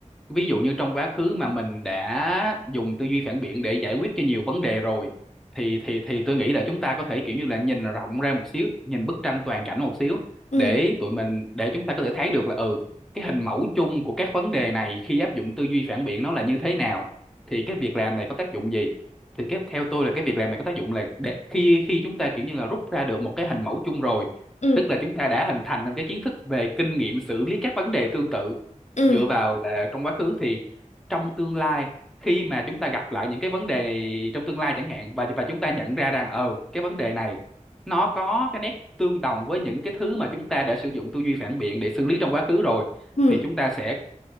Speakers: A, in the centre; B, on the left (about 60°).
A: ví dụ như trong quá khứ mà mình đã dùng tư duy phản biện để giải quyết cho nhiều vấn đề rồi thì thì thì tôi nghĩ là chúng ta có thể kiểu như là nhìn rộng ra một xíu nhìn bức tranh toàn cảnh một xíu
B: ừ
A: để tụi mình để chúng ta có thể thấy được là ừ cái hình mẫu chung của các vấn đề này khi áp dụng tư duy phản biện nó là như thế nào thì cái việc làm này có tác dụng gì thì cái theo tôi là cái việc làm này có tác dụng là để khi khi chúng ta kiểu như là rút ra được một cái hình mẫu chung rồi
B: ừ
A: tức là chúng ta đã hình thành nên cái kiến thức về kinh nghiệm xử lý các vấn đề tương tự
B: ừ
A: dựa vào là trong quá khứ thì trong tương lai khi mà chúng ta gặp lại những cái vấn đề này trong tương lai chẳng hạn và và chúng ta nhận ra rằng ờ cái vấn đề này nó có cái nét tương đồng với những cái thứ mà chúng ta đã sử dụng tư duy phản biện để xử lý trong quá khứ rồi
B: ừ
A: thì chúng ta sẽ